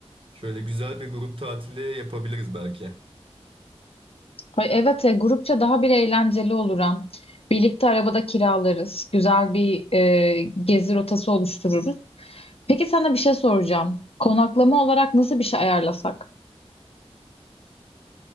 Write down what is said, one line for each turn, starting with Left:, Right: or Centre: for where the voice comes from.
Right: Şöyle güzel bir grup tatili yapabiliriz belki.
Left: Ay evet e, grupça daha bir eğlenceli olur hem. Birlikte arabada kiralarız. Güzel bir e, gezi rotası oluştururuz. Peki sana bir şey soracağım. Konaklama olarak nasıl bir şey ayarlasak?